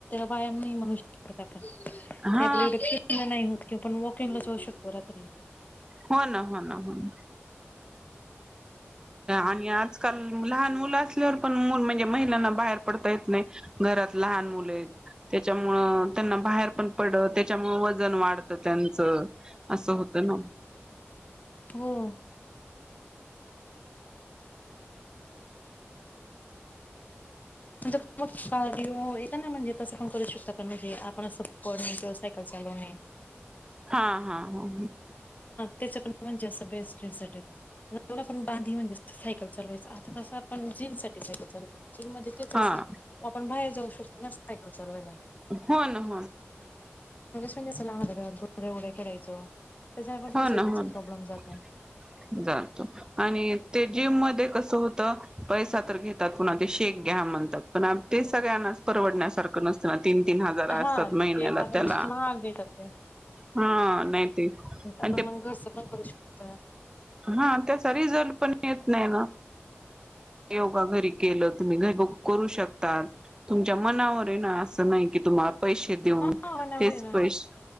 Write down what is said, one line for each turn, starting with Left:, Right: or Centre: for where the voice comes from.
Left: बायम नाही मनष टा ते
Right: हा
Left: आपल्या एवढं कष्ण नाही होत कि पण वॉकिंग ला जाऊ शकतो रात्री
Right: हो ना हो ना हो ना आणि आजकाल लहान मुलं असल्यावर पण मुल म्हणजे महिलाना बाहेर पडता येत नाही घरात लहान मुले आहेत त्याच्यामुळ त्यांना बाहेर पण पडत त्याच्यामुळे वजन वाढतं त्यांचं असं होतं ना
Left: हो म कार्य येत ना म्हणजे तसं पण करू शकता पण म्हणजे आपण असं पणे किंवा सायकल चालवणे
Right: हा हा हो
Left: त्याच पण म्हणजे असं बेस्ट रिझल्ट आहेत आपण आता बांधी नाही म्हणजे सायकल चालवायचं आता तसं आपण जिम जिम मध्ये ते
Right: हा
Left: असत आपण बाहेर जाऊ शकतो नसत सायकल चालवायला
Right: हो ना हो
Left: कस आहे येवढं खेळायचो त्याच्याने पण
Right: हो
Left: पीसीओडीचा
Right: ना हो ना
Left: प्रॉब्लेम जातो.
Right: जातो आणि ते जिम मध्ये कसं होत पैसा तर घेतात पुन्हा ते शेक घ्या म्हणतात पण ते सगळ्यांनाच परवडण्यास ार नसत तीन तीन हजार असतात
Left: हा
Right: महिन्याला
Left: ते कारण
Right: त्याला
Left: महाग येतात ते.
Right: ह नाही ते आणि
Left: आप
Right: ते
Left: मग कसपन करू शकत
Right: हा त्याचा रिझल्ट पण येत नाही ना योगा घरी केलं तुम्ही घर करू शकता तुमच्या मनावर ना असं नाही की तुम पैसे देऊन
Left: हा वन आवर
Right: तेच
Left: आहे ना
Right: पैसे